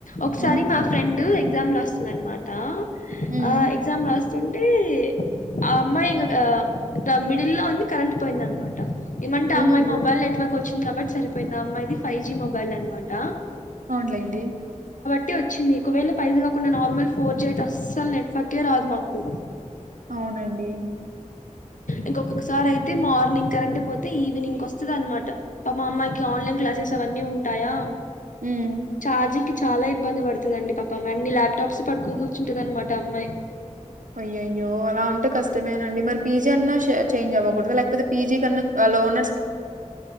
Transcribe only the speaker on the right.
హ్మ్
హ్మ్
అయ్యయ్యో
అవున్లెండి.
అవునండి
హ్మ్.
అయ్యయ్యో అలా ఉంటే కష్టమేనండి మరి పీజీ అన్నా చే చేంజ్ అవ్వకూడద లేకపోతే పీజీ కన్నా లోన్